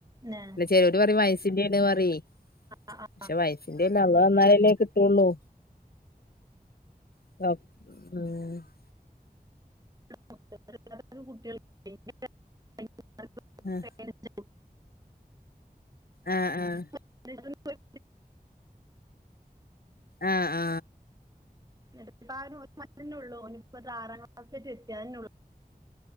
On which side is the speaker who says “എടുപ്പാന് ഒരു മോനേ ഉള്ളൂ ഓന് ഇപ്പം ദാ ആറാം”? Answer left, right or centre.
Right